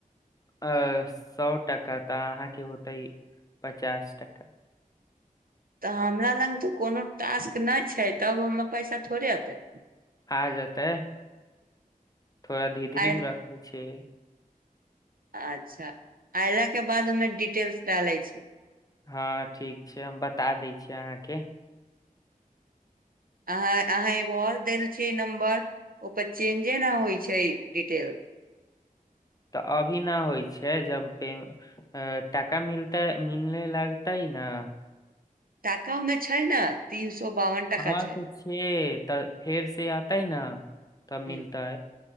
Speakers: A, on the left; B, on the right.
A: अ सौ टका तऽ अहाँके होते पचास टका
B: तऽ हमरा लग तऽ कोनो टास्क नहि छै तब हम पैसा थोड़े अतै
A: आ जेतै थोड़ा धी धीरिम
B: आयल
A: रखे छियै
B: अच्छा अऐला के बाद हमे डिटेल्स डाले छै
A: हँ ठीक छै हम बता दै छी अहाँके
B: अहाँ अहाँ एगो आऔर देल छी नंम्बर ओपे चेंजे न होई छै डिटेल
A: तऽ अभी न होइ छै जब पे अ टाका मिलतै मिलने लागतइ न
B: टाका ओमे छै ने तीन सौ बावन टाका
A: हँ
B: छै
A: तऽ छै तऽ फेर से आतै ने तब
B: ह
A: मिलतै